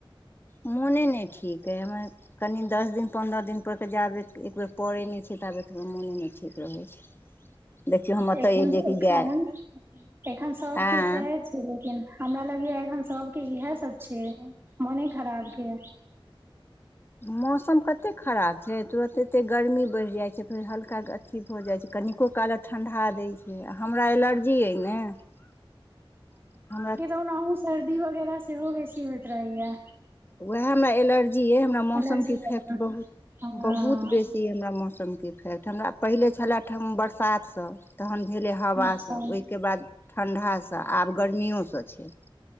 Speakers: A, on the left; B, on the right.
A: मोने नय ठीक अइ हमरा कनि दस दिन पन्द्रह दिन पर कऽ जाबेत एकबेर पड़ै नय छै ताबे हमर मोन नय ठीक रहै छै देखियौ हम एतऽ
B: एन
A: एलियै कि गाय
B: एखन <unintelligible> सब
A: आँय
B: के सेहै छै लेकिन हमरा लगै या एखन सबके इएह सब छै मोने खराब के
A: मौसम कते खराब छै तुरत एते गर्मी बढ़ि जाइ छै हल्का अथी भऽ जाइ छै कनिको कालक ठण्डा दै छै हमरा एलर्जी अइ ने हमरा
B: अनाहु सर्दी वगैरह सेहो बेसी होइत रहैया
A: उहा हमरा एलर्जी अइ हमरा मौसम
B: एलर्जी
A: के इफैक्ट
B: वला
A: बहुत
B: हँ
A: बहुत बेसी हमरा मौसम के इफैक्ट हमरा पहिले छलए ठ बरसात सँ तहन भेलै हवासँ
B: अच्छा हूँ
A: ओहिके बाद ठण्डासँ आब गर्मियो सँ छै